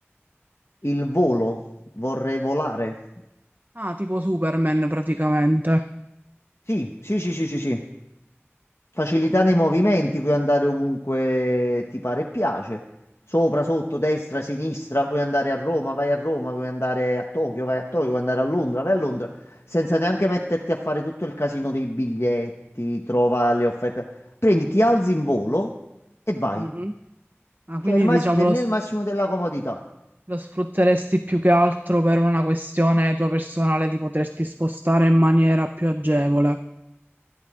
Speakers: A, on the left; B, on the right.
A: il volo, vorrei volare.
B: Ah, tipo Superman praticamente.
A: Sì, sì, sì, sì, sì, sì. Facilità
B: Ok.
A: nei movimenti, puoi andare ovunque ti pare e piace. Sopra, sotto, destra, sinistra, puoi andare a Roma, vai a Roma, puoi andare a Tokyo, vai a Tokyo, puoi andare a Londra, vai a Londra, senza neanche metterti a fare tutto il casino dei biglietti, trova le offerte. Prendi, ti alzi in volo e vai.
B: Mhm. Ah,
A: Cioè,
B: quindi
A: il mass-
B: diciamolo.
A: per me è il massimo della comodità.
B: Lo sfrutteresti più che altro per una questione tua personale di poterti spostare in maniera più agevole.